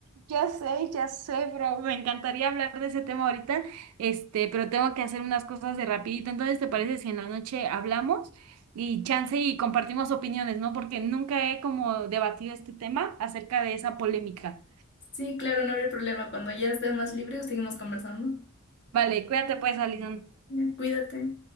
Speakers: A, on the right; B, on the left.
A: Ya sé, ya sé, bro. Me encantaría hablar de ese tema ahorita, este, pero tengo que hacer unas cosas de rapidito. Entonces, ¿te parece si en la noche hablamos y chance y compartimos opiniones, ¿no? Porque nunca he como debatido este tema acerca de esa polémica.
B: Sí, claro, no habría problema. Cuando ya esté más libre, seguimos conversando.
A: Vale, cuídate pues, Alison.
B: Ya, Cuídate.